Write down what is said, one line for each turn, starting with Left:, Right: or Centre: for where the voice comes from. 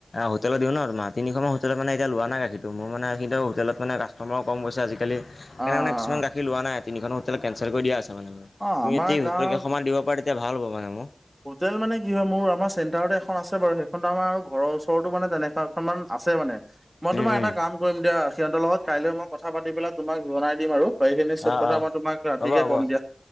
Left: হোটেলত দিওঁ ন তোমাৰ, তিনিখনমান হোটেলত মানে এতিয়া লোৱা নাই গাখীৰ ত' মোৰ মানে কিন্তু হোটেলত মানে কাষ্টমাৰো কম গৈছে আজিকালি, সেইকাৰণে
Right: অ
Left: মানে কিছুমান
Right: অ
Left: লোৱা নাই তিনিখন হোটেল কেঞ্চেল কৰি দিয়া আছে মানে মোৰ,
Right: অ
Left: তুমি
Right: আমাৰ
Left: <unintelligible>
Right: গাঁৱৰ
Left: হোটেল কেইখনমান দিব পাৰা তেতিয়া ভাল হ'ব মানে মোৰ।
Right: হোটেল মানে কি হয় মোৰ আমাৰ চেণ্টাৰটে এখন আছে বাৰু সেইখনতো আমাৰ ঘৰৰ ওচৰতো মানে তেনেকুৱা এখনমান আছে মানে। মই তোমাৰ
Left: উম, উম,
Right: এটা কাম কৰিম দিয়া, সিহঁতৰ লগত কাইলৈ মই কথা পাতি পেলাই তোমাক জনাই দিম আৰু। বাকীখিনি চব
Left: অ',
Right: কথা
Left: অ'।
Right: মই তোমাক ৰাতিকে
Left: হ'ব হ'ব।
Right: কম দিয়া,